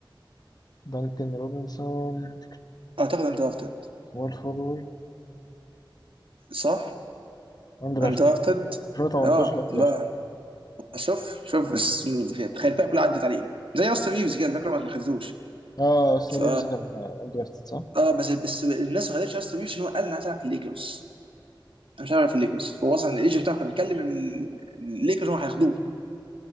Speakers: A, on the left; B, on the right.
A: دانكن روبنسون
B: اعتقد اندرافتد
A: وول فورورد
B: صح
A: اندرافتد
B: اندرافتد
A: 2018
B: اه
A: اندرافتد
B: لا شوف شوف بس تخيل الفئه كلها عدت عليه زي اصلا ريفز كده فاكر ما خدتوش
A: اه اصلا
B: ف
A: ريفز كان اندرافتد صح
B: اه بس بس الناس ما قالتش اصلا بيبسي ان هو قال انا عايز العب في الليكرز انا مش هلعب في الليكرز فهو اصلا الايجنت بتاعه كان بيكلم ال- الليكرز هو هياخدوه